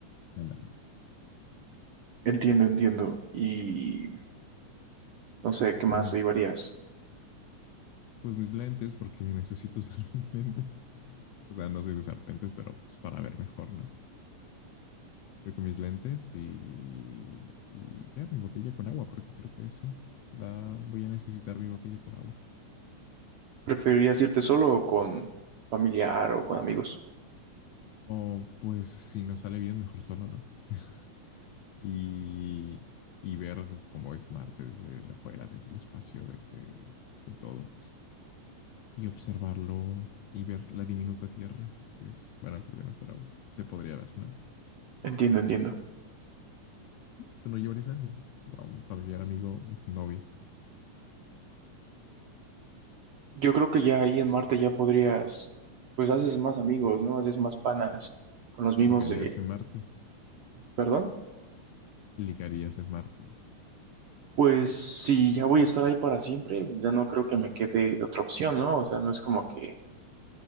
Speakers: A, on the left; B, on the right.
A: ándale.
B: Entiendo, entiendo. Y no sé, ¿qué más
A: Ujú.
B: te llevarías?
A: Pues mis lentes, porque necesito <laughs> usar mis lentes. <laughs> O sea, no soy de usar lentes, pero pues, para ver mejor, ¿no? Creo que mis lentes y, y ya mi botella con agua, porque creo que sí. Va, voy a necesitar mi botella con agua.
B: ¿Preferirías irte solo o con familiar o con amigos?
A: O pues si nos sale bien, mejor solo, ¿no? <laughs> Y, y ver cómo es Marte desde afuera, desde el espacio, desde, desde todo. Y observarlo y ver la diminuta Tierra, que es, bueno, creo que no, pero se podría ver, ¿no?
B: Entiendo, entiendo.
A: ¿Tú no llevarías a alguien? A un familiar, amigo, novia.
B: Yo creo que ya ahí en Marte ya podrías, pues haces más amigos, ¿no? Haces más panas con los mismos
A: ¿Ligarías
B: de,
A: en Marte?
B: perdón.
A: ¿Ligarías en Marte?
B: Pues si ya voy a estar ahí para siempre, ya no creo que me quede de otra opción, ¿no? O sea, no es como que,